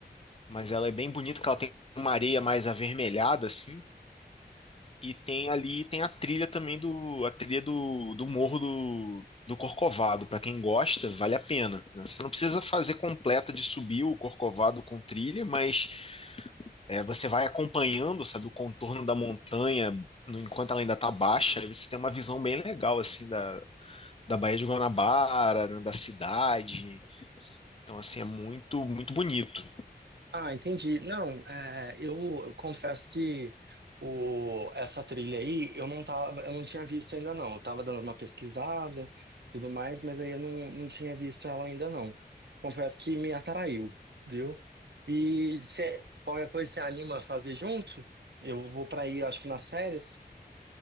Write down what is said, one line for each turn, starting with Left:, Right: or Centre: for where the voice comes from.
Left: mas ela é bem bonita, que ela tem uma areia mais avermelhada, assim. E tem ali, tem a trilha também do, a trilha do, do Morro do, do Corcovado. Para quem gosta, vale a pena. né? Você não precisa fazer completa de subir o Corcovado com trilha, mas é, você vai acompanhando, sabe, o contorno da montanha no- enquanto ela ainda está baixa. Aí você tem uma visão bem legal, assim, da, da Baía de Guanabara, né, da cidade. Então, assim, é muito, muito bonito.
Right: Ah, entendi. Não, é, eu, confesso que o, essa trilha aí eu não tava, eu não tinha visto ainda não. Eu tava dando uma pesquisada, tudo mais, mas aí eu não, não tinha visto ela ainda não. Confesso que me atraiu, viu? E se qualquer coisa você anima a fazer junto, eu vou pra aí, acho que nas férias,